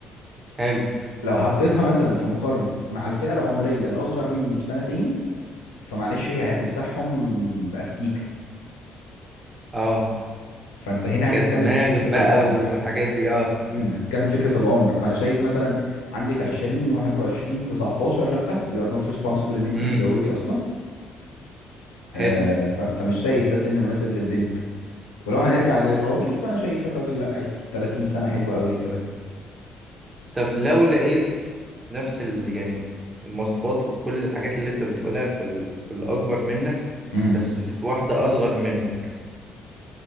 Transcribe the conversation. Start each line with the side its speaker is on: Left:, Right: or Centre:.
Right: حلو
Left: لو حطيتها مثلا في مقارنة مع الفئة العمرية الأصغر مني بسنتين فمعلش هي هتمسحهم بأستيكة
Right: اه
Left: فأنت هنا هتتكلم
Right: كدماغ
Left: في فكرة
Right: بقى
Left: العمر
Right: والحاجات دي اه
Left: امم هتتكلم في فكرة العمر فأنا شايف مثلا عندك 20 21 19 لأ you are not responsible إن أنت
Right: امم
Left: تتجوزي أصلا آه
Right: حلو
Left: ف... فمش شايف ده سن مناسب للبنت ولو هنرجع للراجل فأنا شايف الراجل لأ عادي 30 سنة حلوة أوي للجواز
Right: طب لو لقيت نفس ال... يعني المواصفات وكل الحاجات اللي انت بتقولها في, ال... في الأكبر منك
Left: امم
Right: بس في واحدة أصغر منك